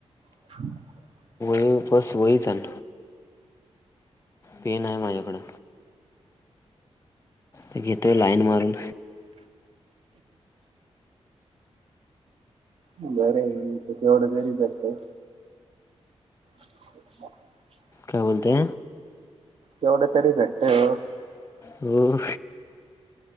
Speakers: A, on the right; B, on the left.
A: <unintelligible>
B: तू बस वहीच आण पेन आहे माझ्याकडं ते घेतय लाईन मारून
A: बर आहे तुमचं तेवढं तरी भेटतंय <inaudible>
B: काय बोलते
A: तेवढं तरी भेटतं
B: हो